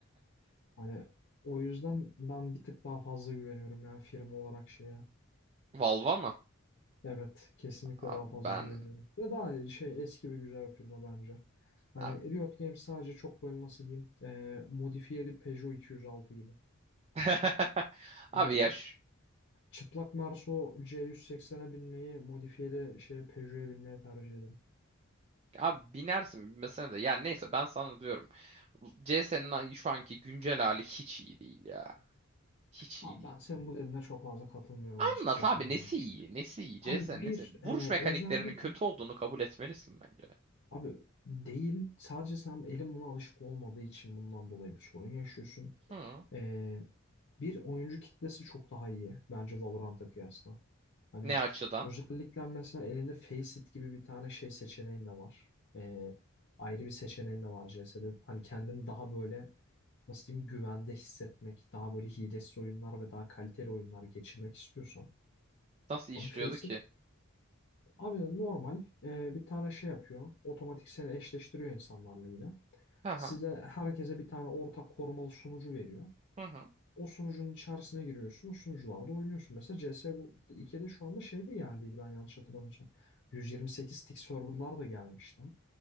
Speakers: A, on the left; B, on the right.
A: Hani o yüzden ben bir tık daha fazla güveniyorum ya firma olarak şeye.
B: Valva mı?
A: Evet, kesinlikle
B: Abi
A: daha fazla
B: ben
A: güveniyorum. Ve daha şey eski ve güzel bir firma bence. Hani
B: abi,
A: Riot Games sadece çok böyle nasıl diyeyim e, modifiyeli Peugeot 206 gibi.
B: <laughs> abi
A: Hani
B: ya şu-
A: çıplak Merso C180'e binmeyi modifiyeli şeye Peugeot'a binmeye tercih ederim.
B: abi binersin mesela de ya neyse ben sana diyorum. CS'nin şu anki güncel hali hiç iyi değil ya. Hiç
A: Abi
B: iyi değil.
A: ben senin bu dediğine çok fazla katılmıyorum açıkçası.
B: Anlat abi
A: Hani.
B: nesi iyi? Nesi iyi? CS'nin
A: Abi bir
B: nesi? Vuruş
A: e,
B: mekaniklerinin
A: özellikle
B: kötü olduğunu kabul etmelisin bence.
A: Abi değil. Sadece sen elin buna alışık olmadığı için bundan dolayı bir sorun yaşıyorsun.
B: Hı.
A: Ee, bir oyuncu kitlesi çok daha iyi bence Valorant'a kıyasla. Hani
B: Ne
A: Evet.
B: açıdan?
A: özellikle mesela elinde Faceit gibi bir tane şey seçeneğin de var. Ee, ayrı bir seçeneğin de var CS'de. Hani kendini daha böyle nasıl diyeyim güvende hissetmek, daha böyle hilesiz oyunlar ve daha kaliteli oyunlar geçirmek istiyorsan.
B: Nasıl işliyordu
A: Abi Faceit
B: ki?
A: Abi normal e, bir tane şey yapıyor. Otomatik seni eşleştiriyor insanlarla yine.
B: Hı hı.
A: Size herkese bir tane ortak korumalı sunucu veriyor.
B: Hı hı.
A: O sunucunun içerisine giriyorsun. O sunucularda oynuyorsun. Mesela CS2'de şu anda şey de geldiydi ben yanlış hatırlamıyorsam. 128 tick serverlar da gelmişti.